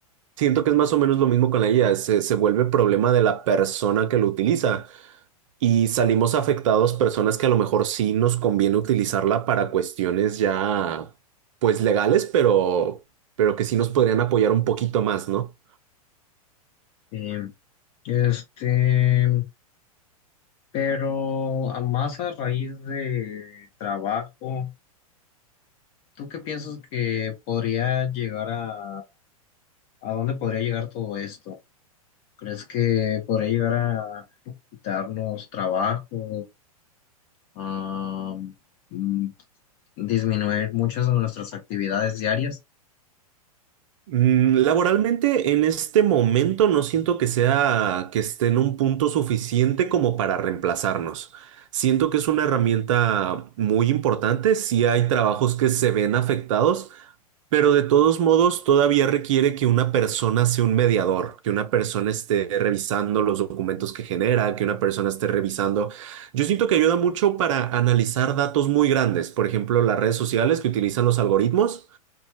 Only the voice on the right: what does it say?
Siento que es más o menos lo mismo con la IA, se, se vuelve problema de la persona que lo utiliza. Y salimos afectados personas que a lo mejor sí nos conviene utilizarla para cuestiones ya, pues legales, pero, pero que sí nos podrían apoyar un poquito más, ¿no?
Mm, Laboralmente, en este momento no siento que sea que esté en un punto suficiente como para reemplazarnos. Siento que es una herramienta muy importante. si hay trabajos que se ven afectados, Pero de todos modos, todavía requiere que una persona sea un mediador, que una persona esté revisando los documentos que genera, que una persona esté revisando. Yo siento que ayuda mucho para analizar datos muy grandes, por ejemplo, las redes sociales que utilizan los algoritmos.